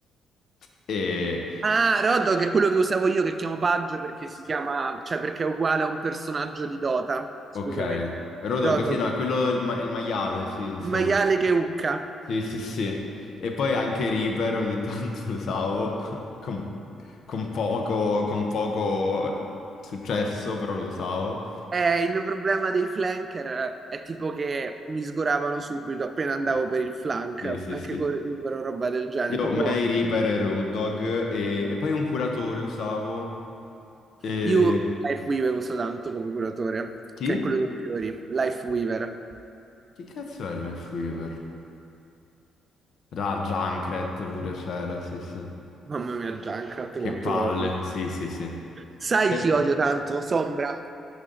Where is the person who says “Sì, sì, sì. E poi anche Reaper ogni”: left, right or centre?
Left